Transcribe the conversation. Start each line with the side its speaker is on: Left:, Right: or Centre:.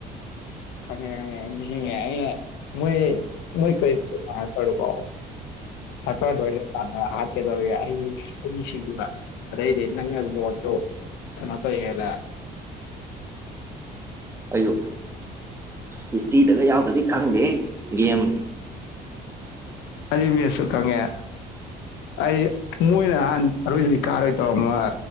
Left: ꯎꯝ ꯈꯪꯉꯦ ꯈꯪꯉꯦ ꯑꯩ ꯅꯤꯡꯁꯤꯡꯉꯦ ꯑꯩꯅ ꯃꯣꯏ ꯃꯣꯏ ꯀꯔꯤ ꯀꯩꯅꯣ ꯍꯥꯏꯄꯔꯗꯣꯀꯣ ꯍꯦꯜꯄꯔꯗꯣ ꯑꯩꯅ ꯇꯥꯟꯅꯔ ꯍꯥꯠꯀꯦꯗꯧꯒ ꯑꯩ ꯑꯩꯒꯤ ꯁꯤꯈꯤꯕ ꯑꯗꯩꯗꯤ ꯅꯪꯅ ꯂꯣꯠꯇꯣ ꯀꯩꯅꯣ ꯂ
Right: ꯑꯌꯨꯛ ꯍꯤꯁꯇ꯭ꯔꯤꯗꯒ ꯌꯥꯎꯗꯗꯤ ꯈꯪꯗꯦ ꯒꯦꯝ
Left: ꯑꯗꯨ ꯃꯁꯨꯀꯉ ꯑꯗꯤ ꯃꯣꯏꯅ ꯅꯍꯥꯟ ꯑꯔꯣꯏꯗ ꯀꯥꯔꯣꯏ ꯇꯧꯔꯝꯃ